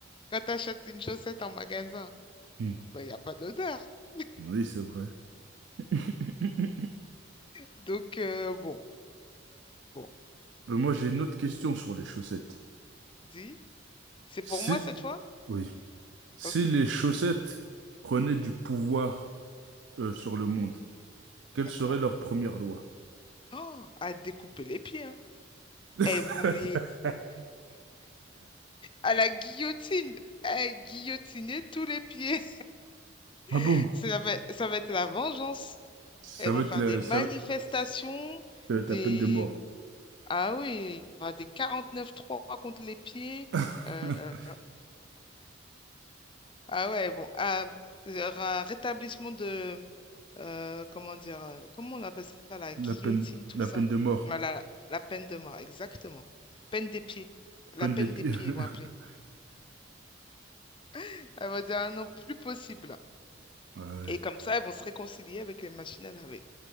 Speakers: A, on the left (about 25°); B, on the right (about 70°).
A: quand tu achètes une chaussette en magasin,
B: Mm.
A: ben, il n'y a pas d'odeur. <laughs>
B: Oui, c'est vrai. <laughs>
A: Donc, euh, bon, bon,
B: Ben, moi, j'ai une autre question sur les chaussettes.
A: dis. C'est
B: Si,
A: pour moi cette fois?
B: oui, si
A: Ok,
B: les chaussettes prenaient du pouvoir euh, sur le monde, quelle
A: d'accord.
B: serait leur première loi?
A: Oh, à découper les pieds. hein.
B: <laughs>
A: Elles vont les... À la guillotine. À guillotiner tous les pieds.
B: Ah
A: <laughs>
B: bon?
A: Ça va, ça va être la vengeance.
B: Ça
A: Elles
B: va
A: vont
B: être
A: faire
B: la,
A: des manifestations,
B: ça, ça va
A: des
B: être la peine de mort.
A: Ah oui, il y aura des quarante-neuf trois contre les pieds.
B: <laughs>
A: Euh, ah ouais, bon. ah, il y aura rétablissement de... euh, comment dire? euh, Comment on appelle ça? La
B: La
A: guillotine,
B: peine,
A: tout
B: la
A: ça.
B: peine de mort,
A: Voilà, la, la peine de mort, exactement. Peine des pieds. La
B: peine
A: peine
B: d'épée.
A: des pieds,
B: <laughs>
A: ils vont appeler. <laughs> Elle va dire, ah non, plus possible.
B: Ouais,
A: Et comme ça, ils vont se réconcilier avec les machines à laver.